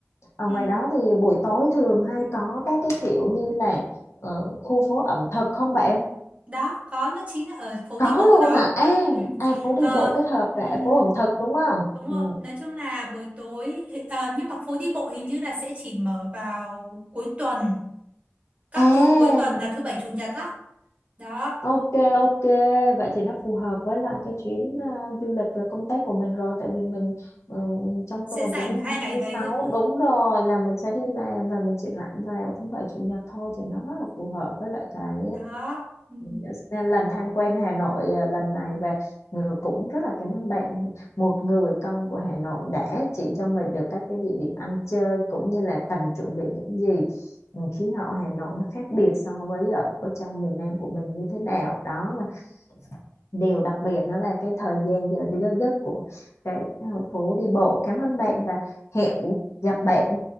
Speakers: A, on the left; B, on the right.
A: Ở
B: Ừm,
A: ngoài đó thì buổi tối thường hay có các cái kiểu như là ờ, khu phố ẩm thực không bạn?
B: đó có nó chính là ở phố
A: Có
B: đi bộ
A: luôn
B: đó
A: hả? À,
B: Ừm,
A: à phố đi
B: ờ,
A: bộ kết hợp
B: ừm,
A: cả phố ẩm thực đúng không?
B: Đúng
A: Ừ.
B: rồi, nói chung là buổi tối ờ, nhưng mà phố đi bộ hình như là sẽ chỉ mở vào cuối tuần, các
A: À,
B: tối cuối tuần là thứ bảy chủ nhật á. Đó,
A: ok ok vậy thì nó phù hợp với lại cái chuyến ờ, du lịch và công tác của mình rồi tại vì mình ừ, trong tuần
B: sẽ rảnh
A: từ thứ
B: hai
A: hai
B: ngày
A: tới thứ
B: đấy
A: sáu
B: đúng không?
A: đúng rồi là mình sẽ đi làm và mình chỉ rảnh vào thứ bảy chủ nhật thôi thì nó rất là phù hợp với lại cái
B: Đó. Ừ.
A: Dạ, nên lần tham quan Hà Nội à, lần này và Ngừ cũng rất là cảm ơn bạn một người con của Hà Nội đã chỉ cho mình được các cái địa điểm ăn chơi cũng như là cần chuẩn bị những gì Ừ, khí hậu Hà Nội nó khác biệt so với ở, ở trong miền Nam của mình như thế nào đó và điều đặc biệt đó là cái thời gian giờ đi- giờ giấc của cái ờ, phố đi bộ cảm ơn bạn và hẹn gặp bạn